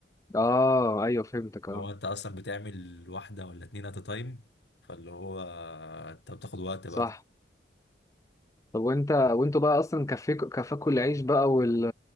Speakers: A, on the left; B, on the left.
A: اه ايوه فهمتك اه
B: هو انت اصلا بتعمل واحدة ولا اتنين ات تايم فاللي هو انت بتاخد وقت بقى
A: صح طب وانت وانتوا بقى اصلا كفيكوا كفاكوا العيش بقى وال...